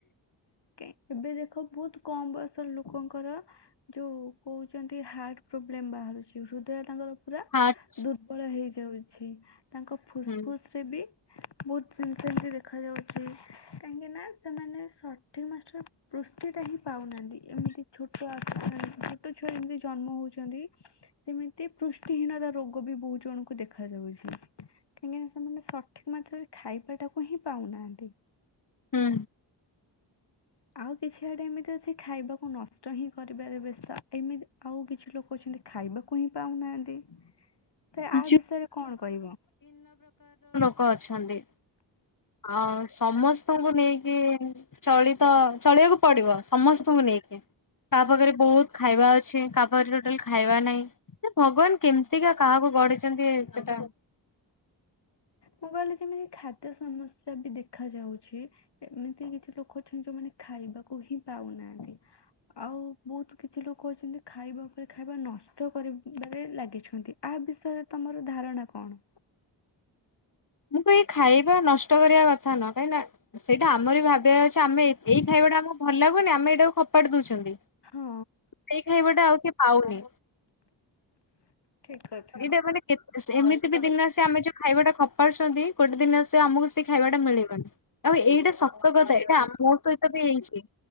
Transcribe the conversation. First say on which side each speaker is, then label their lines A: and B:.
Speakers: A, on the left; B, on the left.
A: ଏବେ ଦେଖ ବହୁତ କମ ବୟସର ଲୋକଙ୍କର ଯୋଉ କହୁଛନ୍ତି ହାର୍ଟ ପ୍ରୋବ୍ଲେମ ବାହାରୁଛି ହୃଦୟ ତାଙ୍କର ପୁରା
B: ହାର୍ଟ
A: ଦୁର୍ବଳ ହେଇଯାଉ ଛି ତାଙ୍କ ଫୁସଫୁସ
B: ହୁଁ
A: ରେ ବି ବହୁତ ସେମିତି ସେମିତି ଦେଖା ଯାଉଛି କାହିଁକି ନା ସେମାନେ ସ ସଠିକ ମାଷ୍ଟରେ ପୃଷ୍ଟି ଟା ହିଁ ପାଉନାହାନ୍ତି ଏମିତି ଛୋଟ ଆ ଛୋଟ ଛୁଆ ଏମିତି ଜନ୍ମ ହଉଛନ୍ତି ସେମିତି ପୃଷ୍ଟିହୀନତା ରୋଗ ବି ବହୁତ ଜଣଙ୍କୁ ଦେଖ ଯାଉଛି କାହିଁକି ସେମାନେ ସଠିକ ମାତ୍ରରେ ଖାଇବାଟାକୁ ହିଁ ପାଉନାହାନ୍ତି।
B: ହୁଁ
A: ଆଉ କିଛି ଆଡେ ଏମିତି ଅଛି ଖାଇବାକୁ ନଷ୍ଟ ହିଁ କରିବାରେ ବ୍ୟସ୍ତ ଏମିତି ଆଉ କିଛି ଲୋକ ଅଛନ୍ତି ଖାଇବାକୁ ହିଁ ପାଉନାହାନ୍ତି। ତ ଆ
B: ଯୁ
A: ବିଷୟରେ କଣ କହିବ
B: କ ଅଛନ୍ତି। ଆ ସମସ୍ତଙ୍କୁ ନେଇକି ଚଳିତ ଚଳିବାକୁ ପଡିବ ସମସ୍ତଙ୍କୁ ନେଇକି କାହା ପାଖରେ ବହୁତ ଖାଇବା ଅଛି କାହା ପାଖରେ ଟୋଟାଲ ଖାଇବା ନାହିଁ ଯେ ଭଗବାନ କେମିତିକା କାହାକୁ ଗଢିଛନ୍ତି ସେଟା
A: ମୁଁ କହିଲି ଯେମିତି ଖାଦ୍ୟ ସମସ୍ୟା ବି ଦେଖ ଯାଉଛି ଏମିତି କିଛି ଲୋକ ଅଛନ୍ତି ଯୋଉମାନେ ଖାଇବାକୁ ହିଁ ପାଉନାହାନ୍ତି ଆଉ ବହୁତ କିଛି ଲୋକ ଅଛନ୍ତି ଖାଇବା ଉପରେ ଖାଇବା ନଷ୍ଟ କରିବାରେ ଲାଗିଛନ୍ତି ଆ ବିଷୟରେ ତମର ଧାରଣା କଣ?
B: ମୁଁ କ ଏଇ ଖାଇବା ନଷ୍ଟ କରିବା କଥା ନ କାହିଁକିନା ସେଇଟା ଆମର ବି ଭାବିବା ଅଛି ଆମେ ଏଇ ଖାଇବାଟା ଆମକୁ ଭଲ ଲାଗୁନି ଆମେ ଏଇଟାକୁ ଖପାଟ ଦଉଛନ୍ତି
A: ହଁ
B: <inaudible> ସେଇ ଖାଇବାଟା ଆଉ କିଏ ପାଉନି।
A: ଠିକ କଥା
B: ଏଇଟା ମାନେ କେତେ ଏମିତି ବି ଦିନ ଆସେ ଆମେ ଯୋଉ ଖାଇବା ଟା ଖ ପାରୁଛନ୍ତି ଗୋଟେ ଦିନ ଆସ ଆମକୁ ସେ ଖାଇବାଟା ମିଳିବନି। ଆଉ ଏଇଟା ସତ କଥା ଏଇଟା ମୋ ସହିତ ବି ହେଇଛି।